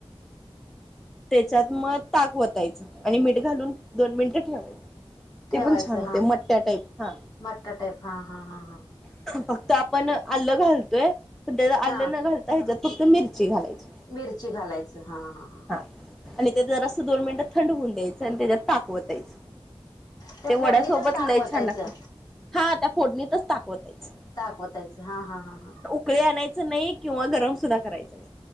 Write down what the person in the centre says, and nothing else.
त्याच्यात मग ताक वतायचं आणि मीठ घालून दोन मिनिटं ठेवायच
ते पण छान होते
मट्ट्या टाईप हा
फक्त आपण आलं घालतोय पण त्या आलं
न घालता ह्याच्यात फक्त मिरची घालायची
हा आणि ते जरासं दोन मिनिटं थंड होऊन द्यायचं आणि त्याच्यात ताकवतायचं
ते
वड्यासोबत
लय
छान लाग हा त्या फोडणीतच दाकवतायच
उकळे आणायच नाही किंवा गरम सुद्धा करायचं नाही